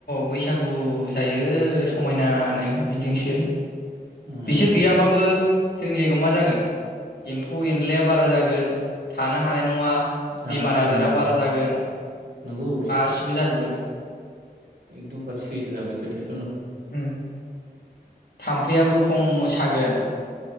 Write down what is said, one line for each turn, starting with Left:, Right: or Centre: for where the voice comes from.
Left: बैसागु जायो। समायनानो बिजोंसो।
Right: उम
Left: बिसोर गैयाबाबो जोंनि जायगायाव मा जागोन एम्फौ एनलाया बारा जागोन थानो हानाय नङा।
Right: थानो
Left: बेमार
Right: हानाय
Left: आजारा
Right: नङा
Left: बारा जागोन
Right: नोंगौ।
Left: गासिबो जाजोबगोन। <inaudible>
Right: एकदम बारे सैथोखा बे खोथाया।
Left: उम थाम्फैयाबो खम मो सागोन।